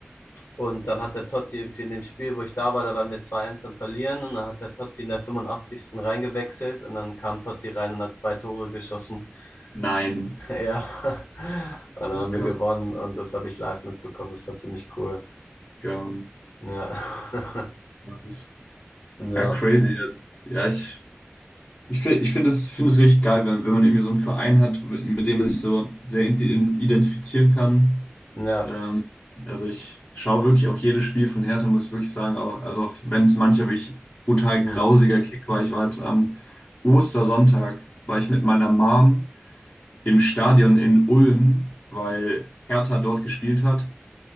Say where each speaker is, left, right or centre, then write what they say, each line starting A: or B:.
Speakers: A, on the left (about 80°); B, on the left (about 45°).
A: und dann hat der Totti irgendwie in dem Spiel, wo ich da war, da waren wir zwei 1 am Verlieren und dann hat der Totti in der fünfundachtzigsten reingewechselt und dann kam Totti rein und hat zwei Tore geschossen.
B: Nein.
A: <laughs> Ja, und dann haben
B: Ja, Krass.
A: wir gewonnen und das habe ich live mitbekommen. Das war ziemlich cool.
B: Geil, Mann.
A: Ja, <laughs>
B: Ja, das-
A: ja,
B: Ja, crazy. Ja, ich, ich, fi- ich finde es, finde es richtig geil, wenn, wenn man irgendwie so einen Verein hat, mit dem man sich so sehr ident- identifizieren kann.
A: ja,
B: Ähm, also ich schaue wirklich auch jedes Spiel von Hertha, muss ich wirklich sagen. Auch, also auch wenn es manchmal wirklich brutal
A: mm.
B: grausiger Kick war. Ich war jetzt am Ostersonntag, war ich mit meiner Mom im Stadion in Ulm, weil Hertha dort gespielt hat.